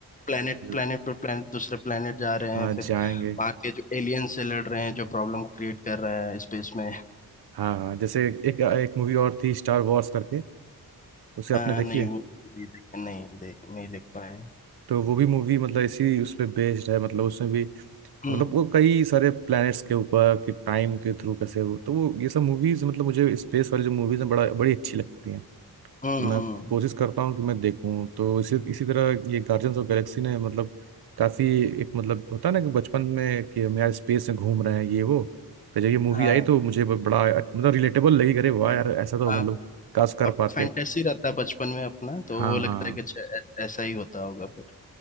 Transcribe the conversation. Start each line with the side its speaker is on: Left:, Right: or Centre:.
Left: प्लेनेट
Right: हम्म,
Left: प्लेनेट पर प्लेनेट दूसरे प्लेनेट जा रहे
Right: हाँ
Left: हैं फिर
Right: जाएंगे
Left: वहां के जो एलियन से लड़ रहे हैं जो प्रॉब्लम क्रिएट कर रहा है स्पेस में
Right: हाँ हाँ जैसे एक एक मूवी और थी स्टार वॉर्स करके उसे
Left: हाँ
Right: आपने देखी
Left: नहीं
Right: है
Left: वो नहीं देख नहीं देख नहीं देख पाए
Right: तो वो भी मूवी मतलब इसी उस पे बेस्ड है मतलब उसमें भी
Left: हम्म
Right: मतलब वो कई सारे प्लैनेट्स के ऊपर कि टाइम के थ्रू कैसे वो तो वो ये सब मूवीज मतलब मुझे स्पेस वाली जो मूवीज हैं बड़ा बड़ी अच्छी लगती हैं
Left: हम्म
Right: तो मैं
Left: हम्म
Right: कोशिश करता हूँ कि मैं देखूँ तो इसी इसी तरह ये गार्जियंस ऑफ गैलेक्सी ने मतलब काफी एक मतलब होता है ना कि बचपन में कि हम यार स्पेस में घूम रहे हैं ये वो तो जब ये मूवी
Left: हाँ
Right: आई तो मुझे ब- बड़ा मतलब रिलेटेबल लगी अरे वाह यार ऐसा तो
Left: आप
Right: मतलब काश कर
Left: अब
Right: पाते
Left: फैंटेसी रहता है बचपन में अपना तो
Right: हाँ
Left: वो लगता
Right: हाँ
Left: है कि अच्छा, ऐ- ऐसा ही होता होगा फिर